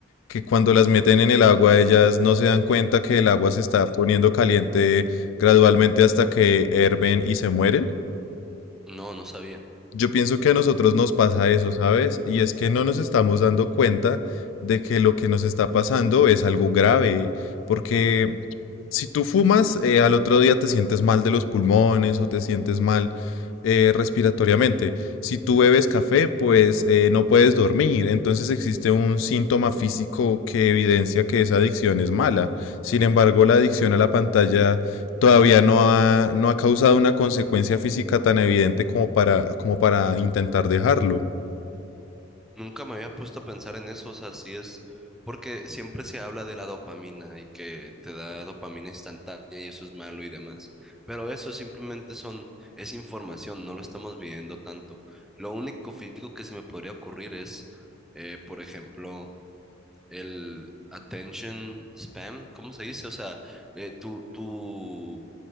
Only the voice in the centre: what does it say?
No, no sabía.
Nunca me había puesto a pensar en eso, o sea, sí es porque siempre se habla de la dopamina y que te da dopamina instantánea y eso es malo y demás. Pero eso simplemente son, es información, no lo estamos viendo tanto. Lo único físico que se me podría ocurrir es, eh, por ejemplo, el attention spam, ¿cómo se dice? O sea, eh, tú, tú,